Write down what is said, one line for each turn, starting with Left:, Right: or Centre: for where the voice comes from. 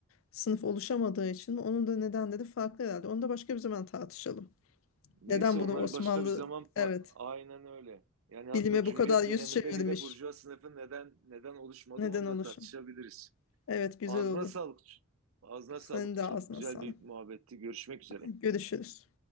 Left: sınıf oluşamadığı için mi? Onun da nedenleri farklı herhalde. Onu da başka bir zaman tartışalım.
Right: Neyse
Left: Neden
Right: onları
Left: bunu Osmanlı
Right: başka bir zaman pa-
Left: evet
Right: aynen öyle. Yani hatta
Left: bilime
Right: Cumhuriyet
Left: bu kadar yüz
Right: döneminde
Left: çevirmiş?
Right: bile burjuva sınıfı neden neden oluşmadı
Left: Neden
Right: onu
Left: oluşum?
Right: da tartışabiliriz.
Left: Evet güzel
Right: Ağzına
Left: oldu.
Right: sağlık. Ağzına
Left: Senin
Right: sağlık.
Left: de
Right: Çok
Left: ağzına
Right: güzel
Left: sağlık.
Right: bir muhabbetti. Görüşmek üzere.
Left: Görüşürüz.